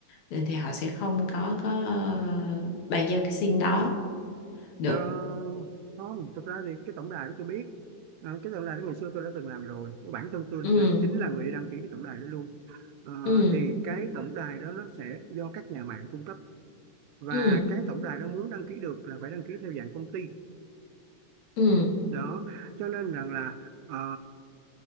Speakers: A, on the left; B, on the right.
A: nên thì họ sẽ không có có ờ, bàn giao cái sim đó được
B: ờ, không thực ra thì cái tổng đài đó tôi biết Ờ, cái tổng đài đó ngày xưa tôi đã từng làm rồi bản thân tôi
A: ừ
B: là- chính là người đi đăng ký cái tổng đài đó luôn Ờ,
A: ừ
B: thì cái tổng đài đó nó sẽ do các nhà mạng cung cấp và
A: ừ
B: cái tổng đài đó muốn đăng ký được là phải đăng ký theo dạng công ty
A: ừ
B: đó cho nên rằng là ờ,